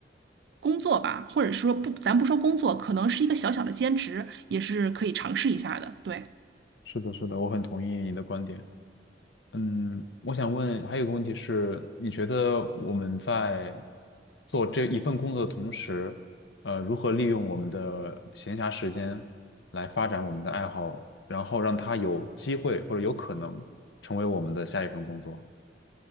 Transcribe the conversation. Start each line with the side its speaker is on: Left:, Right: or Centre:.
Right: 工作吧，或者说不，咱不说工作，可能是一个小小的兼职，也是可以尝试一下的。对，
Left: 是的，是的，我很同意你的观点。嗯，我想问，还有个问题是，你觉得我们在做这一份工作的同时，呃，如何利用我们的闲暇时间来发展我们的爱好，然后让它有机会或者有可能成为我们的下一份工作？